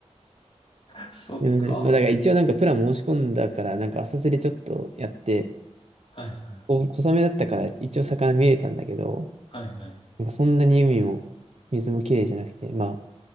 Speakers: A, on the left; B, on the right.
A: い。そっか。
B: うん、まあだから一応なんかプラン申し込んだから、なんか浅瀬でちょっとやって、
A: はいはい。
B: お小雨だったから一応魚見えたんだけど、
A: はいはい。
B: なんかそんなに海も水も綺麗じゃなくて、まあ、